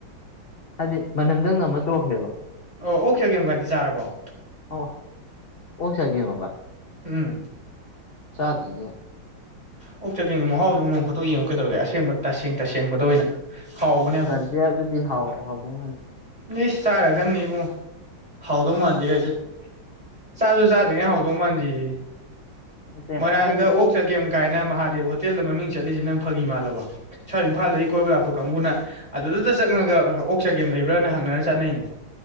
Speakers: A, on the left (about 35°); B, on the right (about 20°).
A: ꯍꯥꯏꯗꯤ ꯃꯅꯝꯗꯪ ꯅꯝꯃꯒ ꯇꯣꯛꯈ꯭ꯔꯦꯕ
B: ꯑꯣ ꯑꯣꯛ ꯆꯒꯦꯝꯒꯗꯤ ꯆꯥꯔꯕꯣ
A: ꯑꯣ ꯑꯣꯛ ꯆꯒꯦꯝꯑꯥꯕ
B: ꯎꯝ
A: ꯆꯥꯗꯔꯤꯌꯦ
B: ꯑꯣꯛ ꯆꯒꯦꯝꯒꯤ ꯃꯍꯥꯎꯁꯨ ꯅꯣꯡ ꯐꯥꯗꯣꯛ ꯌꯦꯡꯉꯨ ꯀꯩꯗꯧꯔꯒꯦ ꯑꯁꯦꯡꯕ ꯇꯁꯦꯡ ꯇꯁꯦꯡꯕꯗ ꯑꯣꯏꯅ ꯍꯥꯎꯕꯅꯦ
A: ꯑꯁ
B: ꯌꯥꯝ
A: ꯇꯜꯂꯤ ꯑꯗꯨꯗꯤ ꯍꯥꯥꯎ ꯍꯥꯎꯗꯧ ꯃꯥꯟꯗꯦ
B: ꯏꯁ ꯆꯥꯔ ꯈꯪꯅꯤ ꯏꯕꯨꯡꯉꯣ ꯍꯥꯎꯗꯧ ꯃꯥꯟꯗꯦ ꯀꯥꯏ ꯍꯥꯏꯖꯜꯂꯦ ꯆꯥꯖꯨ ꯆꯥ <unintelligible> ꯍꯥꯎꯗꯧ ꯃꯥꯟꯗꯦꯌꯦ
A: ꯅꯠꯇꯦ
B: ꯃꯣꯏꯔꯥꯡꯗ
A: ꯑꯩꯗꯤ
B: ꯑꯣꯛ ꯆꯒꯦꯝ ꯀꯥꯏꯅ ꯃꯍꯥꯗꯦꯕ ꯍꯣꯇꯦꯜꯗ ꯃꯃꯤꯡ ꯆꯠꯂꯤꯁꯦ ꯅꯪ ꯐꯥꯒꯤ ꯃꯥꯜꯂꯕꯣ ꯁ꯭ꯋꯥꯏ ꯏꯝꯐꯥꯜꯗꯒꯤ ꯀꯣꯏꯕ ꯂꯥꯛꯄ ꯀꯥꯡꯕꯨꯅ ꯑꯗꯨꯗꯗ ꯆꯪꯉꯒ ꯑꯣꯛ ꯆꯒꯦꯝ ꯂꯩꯕ ꯈꯔꯅ ꯍꯪꯅꯔ ꯆꯠꯅꯩꯅꯦ